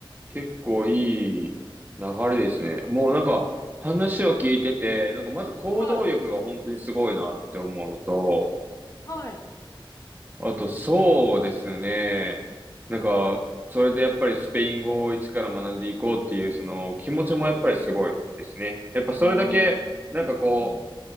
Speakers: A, on the right; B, on the left.
A: 結構いい流れですね。
B: うん。
A: もうなんか話を聞いてて、なんかまず行動力が本当にすごいなって思うのと、
B: はい。はい。
A: あとそうですね。なんか、それでやっぱりスペイン語を一から学んでいこうっていうその気持ちもやっぱりすごいですね。
B: うん。
A: やっぱそれだけ、
B: うーん。
A: なんかこ
B: うん。